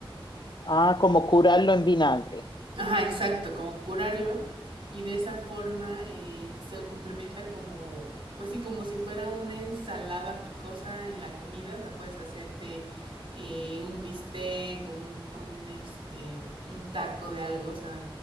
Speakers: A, on the left; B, on the right.
A: ah, como curarlo en vinagre.
B: Ajá, exacto, como curarlo y de esa forma eh, se complementa como, pues sí, como si fuera una ensalada picosa en la comida, o sea, puedes hacerte eh, un bistec, un, un, este, un taco de algo, o sea,